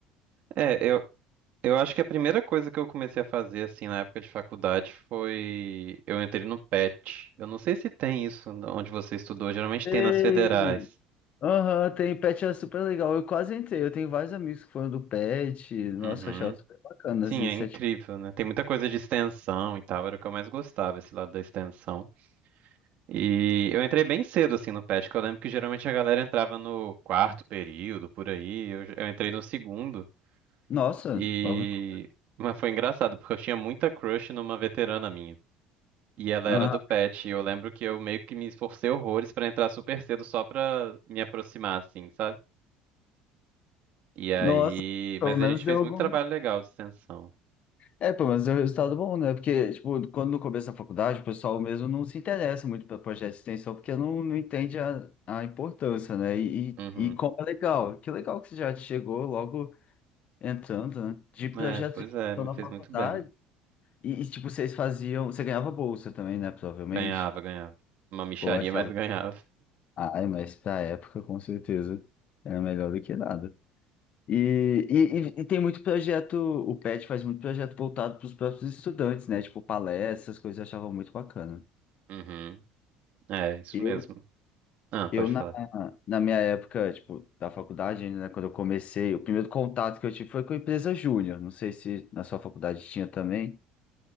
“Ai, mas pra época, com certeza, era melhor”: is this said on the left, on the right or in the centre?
Left